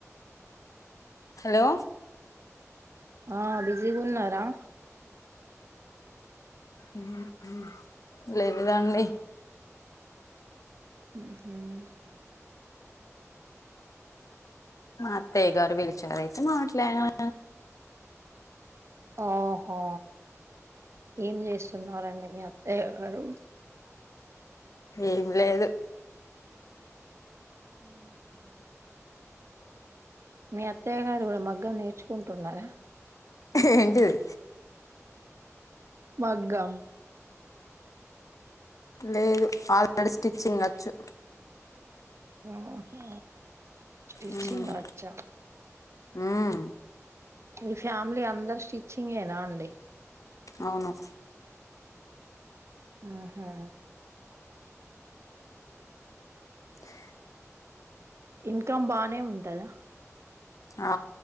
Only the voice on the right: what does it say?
ఆ బిజీగా ఉన్నారా
ఉహుం <unintelligible>
ఓహో ఏం చేస్తున్నారు అండి మీ అత్తయ్య గారు
ఉహూ మీ అత్తయ్య గారు కూడా మగ్గం నేర్చుకుంటున్నారా
మగ్గం
ఉహూ స్టిచింగ్
వచ్చా
మీ ఫ్యామిలీ అందరు స్టిచ్చింగేనా అండి
ఉహూ
ఇన్కమ్ బానే ఉంటదా